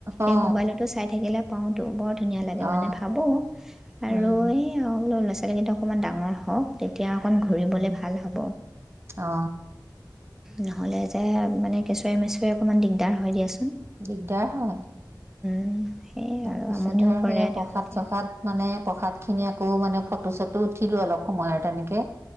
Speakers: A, on the right; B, in the centre.
A: অ
B: এই মোবাইলতো চাই থাকিলে পাওঁটো বৰ ধুনীয়া লাগে।
A: অ
B: <unintelligible> ভাবোঁ আৰু
A: উম
B: এই হ'লো ল'ৰা ছোৱালীকেইটা অকণ ডাঙৰ হওক। তেতিয়া অকণ
A: উম
B: ঘূৰিবলে ভাল হ'ব।
A: অ
B: নহ'লে যে মানে কেঁচুৱাই মেচুৱৰে অকণমান দিগদাৰ হৈ দিয়া চোন।
A: দিগদাৰ হয়।
B: উম। সেয়ে
A: তাৰপিছতে
B: আৰু আমনিও
A: আৰু
B: কৰে
A: সেয়া প্ৰসাদ
B: তেওঁলোকে
A: চসাদ মানে প্ৰসাদ স খিনি আকৌ মানে ফটো চটো উঠিলো অলপ। সময় আৰু তেনেকে